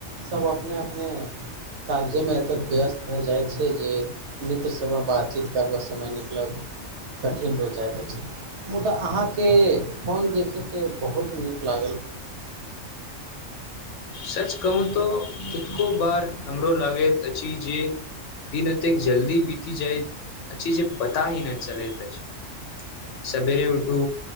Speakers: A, on the right; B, on the left.
A: सभ अपने अपने कागजेमे एत्तेक व्यस्त भए जाइत छै जे मित्र सभमे बातचीत करबऽ समय निकलब कठिन भएल जाइत अछि मुदाऽ अहाँके के फोन देखेके बहुत नीक लागल
B: सच कहू तो कितको बार हमरो लागैत अछि जे दिन एतेक जल्दी बीती जाय अछि जे पता ही न चलैत अछि सवेरे उठू